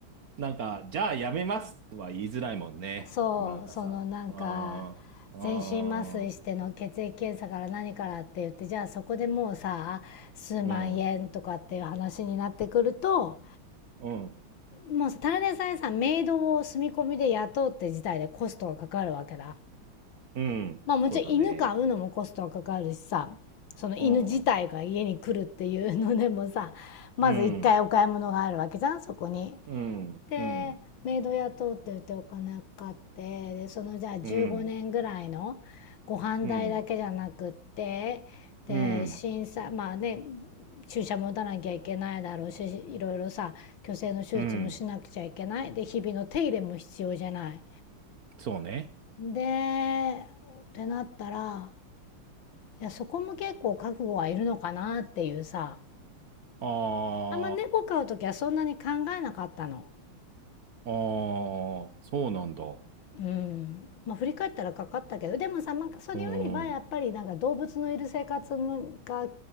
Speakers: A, on the right; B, on the left.
A: なんか、じゃあやめますとは言いづらいもんね。
B: そうそのなんか
A: なんかさ、あー、あー、
B: 全身麻酔しての血液検査から何からって言ってじゃあそこでもうさ数万円とかっていう話になってくると
A: うん、うん、
B: もうただでさえさメイドを住み込みで雇うって事態でコストがかかるわけだ。
A: うん、
B: まあもちろん犬飼うのもコストがかかるしさその犬自体が家に来るっていうのでもさまず一回お買い物があるわけじゃんそこに
A: そうだね。うん、うん。うん、
B: でメイド雇うって言ってお金かかってでそのじゃあ15年ぐらいの
A: うん、うん、
B: ご飯代だけじゃなくってで審査まあね
A: うん、うん、
B: 注射も打たなきゃいけないだろうしいろいろさ去勢の手術もしなくちゃいけないで日々の手入れも必要じゃない。
A: うん、そうね。
B: でってなったらいやそこも結構覚悟はいるのかなっていうさ
A: あ
B: あんま猫飼う時はそんなに考えなかったの。
A: あ、ああ、そうなんだ。
B: うん、まあ、振り返ったらかかったけどでもさなんかそれよりはやっぱりなんか動物のいる生活
A: うん、うん、
B: が